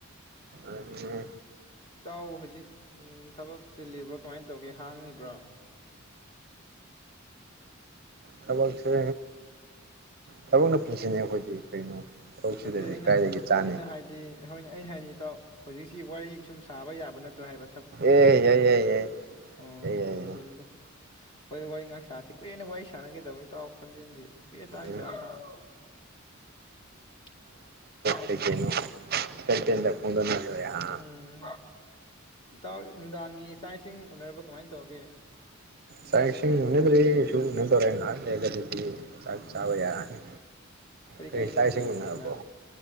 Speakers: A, on the right; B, on the left.
A: ꯑꯗꯨꯅꯦ
B: ꯏꯇꯥꯎ ꯍꯧꯖꯤꯛ ꯎꯝ ꯊꯕꯛ ꯆꯤꯜꯂꯤꯕ꯭ꯔꯥ ꯀꯃꯥꯏ ꯇꯧꯒꯦ ꯍꯥꯡꯉꯤꯕ꯭ꯔꯣ
A: ꯊꯕꯛꯁꯦ ꯊꯕꯛꯅ ꯄꯨꯟꯁꯤꯅꯦ ꯑꯈꯣꯏꯗꯤ ꯀꯩꯅꯣ ꯊꯕꯛꯁꯤꯗꯗꯤ
B: ꯅꯠꯇꯦ ꯑꯩꯅ
A: ꯀꯥꯏꯗꯒꯤ ꯆꯥꯅꯤ
B: ꯑꯩꯅ ꯍꯥꯏꯗꯤ ꯍꯣꯏꯅꯦ ꯑꯩꯅ ꯍꯥꯏꯗꯤ ꯏꯇꯥꯎ ꯍꯨꯖꯤꯛꯁꯤ ꯋꯥꯔꯤ ꯁꯨꯝ ꯁꯥꯕ ꯌꯥꯕ ꯅꯠꯇ꯭ꯔꯥ ꯍꯥꯏꯕ ꯊꯕꯛ
A: ꯑꯦ
B: ꯆꯤꯟꯕ꯭ꯔꯥꯕ
A: ꯌꯥꯏ ꯌꯥꯏ ꯌꯥꯏ
B: ꯑꯣ
A: ꯌꯥꯏ ꯌꯥꯏ
B: ꯍꯣꯏꯗꯨꯅꯤꯗ
A: ꯌꯥꯏ
B: ꯍꯣꯏ ꯋꯥꯔꯤ ꯉꯍꯥꯛ ꯁꯥꯁꯤ ꯀꯨꯏꯔꯦ ꯋꯥꯔꯤ ꯁꯥꯟꯅꯒꯤꯗꯕ ꯏꯇꯥꯎ ꯈꯣꯟꯖꯦꯟꯖꯤ ꯀꯨꯏꯔꯦ ꯇꯥꯒꯤꯗꯕ
A: ꯎꯝ
B: <unintelligible>
A: ꯀꯩꯀꯩꯅꯣ ꯑꯄꯦꯟ ꯄꯦꯟꯗ ꯐꯣꯡꯗꯣꯛꯅꯔ ꯂꯣꯏꯔꯦ ꯍꯥ
B: ꯎꯝ ꯏꯇꯥꯎ ꯅꯨꯡꯗꯥꯡꯒꯤ ꯆꯥꯛ ꯏꯁꯤꯡ ꯎꯅꯔꯕ ꯀꯃꯥꯏ ꯇꯧꯔꯒꯦ
A: ꯆꯥꯛ ꯏꯁꯤꯡ ꯎꯅꯗ꯭ꯔꯤ <unintelligible> ꯉꯍꯥꯛ ꯂꯩꯔꯒꯗꯤ <unintelligible> ꯆꯥꯛ
B: ꯎꯝ
A: ꯆꯥꯕ ꯌꯥꯔꯅꯤ
B: ꯀꯔꯤ
A: ꯀꯩ
B: ꯀꯔꯤ
A: ꯆꯥꯛ
B: ꯃꯊꯦꯜ
A: ꯏꯁꯤꯡ ꯎꯅꯔꯕꯣ
B: ꯑꯣꯏꯅ